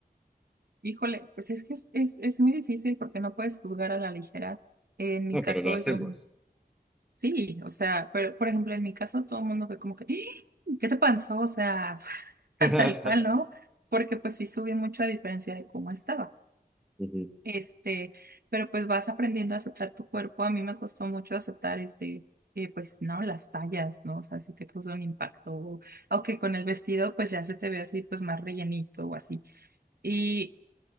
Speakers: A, on the right; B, in the centre.
A: Híjole, pues es que es, es, es muy difícil porque no puedes juzgar a la ligera. En mi
B: No,
A: caso,
B: pero lo hacemos.
A: yo sí, o sea, pero por ejemplo, en mi caso todo el mundo fue como que, "¡Ah! ¿qué te pasó? O sea,
B: <laughs>
A: <laughs> tal cual, ¿no? Porque pues sí subí mucho a diferencia de cómo estaba.
B: Ujú.
A: Este, pero pues vas aprendiendo a aceptar tu cuerpo. A mí me costó mucho aceptar este, eh, pues no, las tallas, ¿no? O sea, si te causó un impacto, o- aunque con el vestido pues ya se te ve así pues más rellenito o así. Y